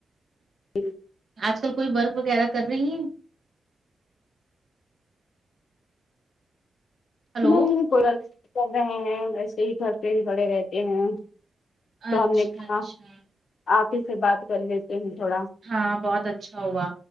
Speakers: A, on the left; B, on the right.
A: جی
B: آج کل کوئی ورک وغیرہ کر رہی ہے ہلو
A: نہیں کو کر رہے ہیں ویسے ہی گھر پہ بھی بڑے رہتے ہیں تو
B: اچھا
A: ہم نے کہا
B: اچھا
A: آپ ہی سے بات کر لیتے ہیں تھوڑا
B: ہاں بہت اچھا ہوا